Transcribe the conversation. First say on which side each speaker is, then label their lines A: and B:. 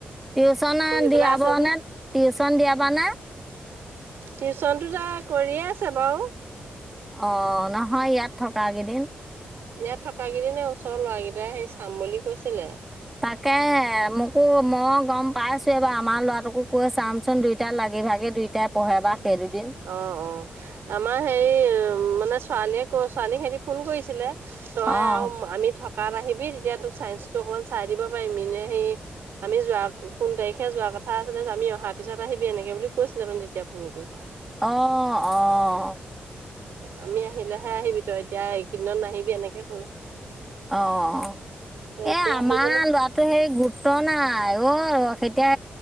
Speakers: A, in the centre; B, on the right (about 85°).
A: টিউচন
B: পঢ়ি পেলাই
A: দিয়াব
B: আছে যে
A: নে, টিউচন দিয়াব নে
B: টিউশ্যনটো ত কৰিয়ে আছে বাৰু
A: অ', নহয় ইয়াত থকা কেইদিন
B: ইয়াত থকাকেইদিনে ওচৰৰ ল'ৰাকেইটাই সেই চাম বুলি কৈছিলে
A: তাকে মোকো মই গম পাইছোবাৰ, আমাৰ লৰাটোকো কৈ চামচোন দুইটা লাগি ভাগি দুই তে পঢ়ে বা সেই দুদিন
B: অ', অ', আমাৰ হেৰি মানে ছোৱালীয়ে ক ছোৱালীক সেদিন ফোন কৰিছিলে তই
A: অঁ
B: আৰু আমি থকাত আহিবি, তেতিয়া তোক চাইন্সটো অকমান চাই দিব পাৰিম এনে সেই আমি যোৱা কোন তাৰিখে যোৱাৰ কথা আছিলে, আমি অহাৰ পিছত আহিবি এনেকৈ বুলি কৈছিলে মানে, তেতিয়া ফোন কৰি
A: অ ', অ', অ',
B: আমি আহিলেহে আহিবি, তই এতিয়া এইকিদনত নাহিবি এনেকে কলে
A: অ ', অ',
B: এতিয়া
A: এ আমাৰ
B: আহিবনে
A: লৰা তো সেই গুৰুত্ব নাই অ', সেতিয়া